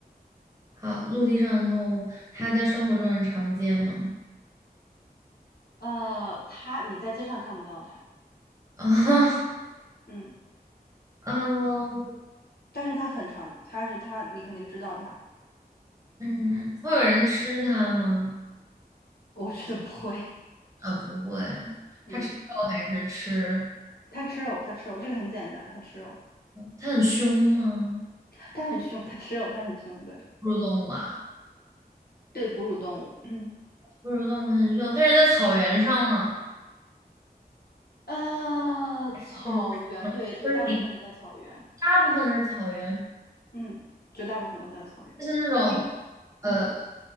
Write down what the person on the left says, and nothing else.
呃，它你在街上看不到它，
嗯，
但是它很长，它是它，你肯定知道它，
我觉得不会，
嗯。
它吃肉，它吃肉，这个很简单，它吃肉，
它很凶，它吃肉，它很凶，对
对，哺乳动物，嗯，
呃，
草原，
对对，
大部分是在草原，
嗯，绝大部分都在草原，
因，
嗯